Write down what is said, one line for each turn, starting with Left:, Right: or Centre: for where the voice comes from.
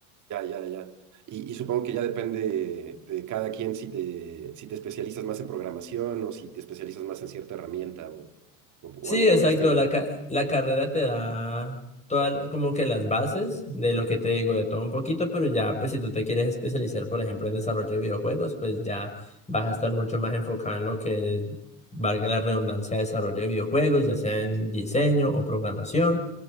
Right: Ya, ya, ya. Y, y supongo que ya depende de cada quien si te, si te especializas más en programación o si te especializas más en cierta herramienta o, o- o
Left: Sí,
Right: algo
Left: exacto.
Right: por el estilo.
Left: La, ca- la carrera te da todas como que las bases de lo que te digo, de todo un poquito, pero ya pues si tú te quieres especializar, por ejemplo, en desarrollo de videojuegos, pues ya vas a estar mucho más enfocado en lo que es, valga la redundancia, desarrollo de videojuegos, ya sea en diseño o programación.